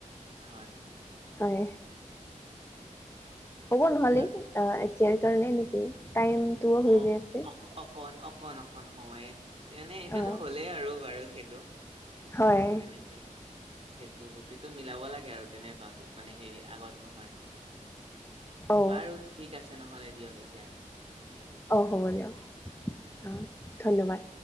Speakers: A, on the right; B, on the left.
A: হয়।
B: হয়। হ'ব নহ'লে
A: বা
B: এতিয়াৰ কাৰণে নেকি টাইমটোও হৈ
A: অ
B: যাই আছে।
A: অ অকণ অকণ অকণ সময়ে যেনে এতিয়াতো
B: হয়
A: হ'লেই আৰু বাৰু সেইটো।
B: হয়।
A: তেনেকে সেইটো গোটেইটো মিলাব লাগে আৰু তেনেকুৱা মানে হেৰি আগত নহয়।
B: অ
A: বাৰু ঠিক আছে নহ'লে দিয়ক এতিয়া।
B: অ হ'ব দিয়ক অ ধন্যবাদ।